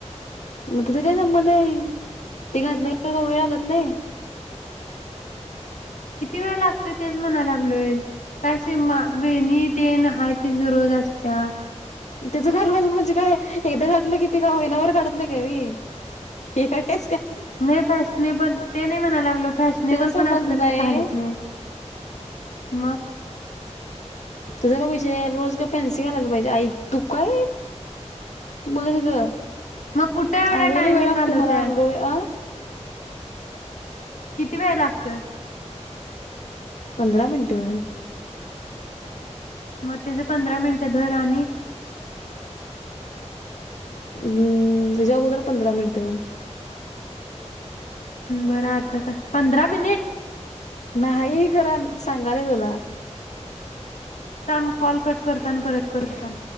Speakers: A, on the left; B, on the left.
A: मग तिथ काय संमत आहे ते घातलं वेळ लागत नाही.
B: किती वेळ लागतोय तेच म्हणायला लागलोय. काय सीमा वेणी तेन हाय तिच रोज असत्या.
A: तिचं घरन म्हणजे काय एकदा घातलं की ती का महिनाभर काढत नाही का मी हकड काच काय.
B: नाही फॅशनेबल ते नाही म्हणायला लागलो फॅशनेबल
A: त्याचा
B: पण
A: संबंध
B: असल काय
A: नाही
B: घालत नाहीस. मग.
A: त्याचा का विषयाय रोज का फॅन्सि घालायलाय पाहिजे आई तू काय. बोलत कि ग
B: मग कुठे एवढा
A: आंघोळीला
B: टायमिंग
A: वेळ लागतोय
B: घालवत्यास
A: मला आंघोळी अ
B: किती वेळ लागतोय.
A: पंधरारा मिनटं.
B: मग त्याचे पंधरा मिनिटं र आणि
A: हम्म ते अगोदर पंधरा मिनिटं.
B: बरा अर्धा तास पंधरा मिनिट.
A: नाही खरं सांग आलोय तुला
B: थांब कॉल कट करतो परत लावतो.